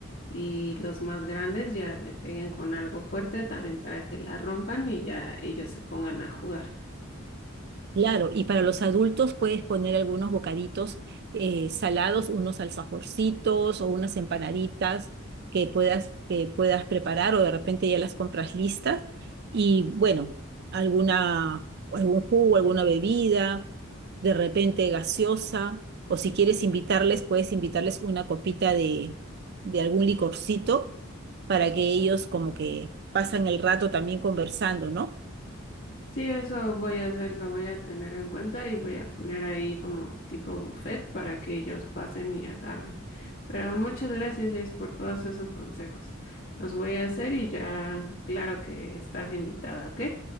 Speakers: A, on the left; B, on the right.
A: Y los más grandes ya le peguen con algo fuerte también para que la rompan y ya ellos se pongan a jugar.
B: Claro, y para los adultos puedes poner algunos bocaditos eh, salados, unos alfajorcitos o unas empanaditas que puedas, que puedas preparar o de repente ya las compras listas. Y bueno, alguna, algún jugo, alguna bebida, de repente gaseosa, o si quieres invitarles, puedes invitarles una copita de, de algún licorcito para que ellos como que pasan el rato también conversando, ¿no?
A: Sí, eso voy a hacer, lo voy a tener en cuenta y voy a poner ahí como tipo buffet para que ellos pasen y agarren. Pero muchas gracias, Jess, por todos esos consejos. Los voy a hacer y ya, claro que estás invitada, ¿ok?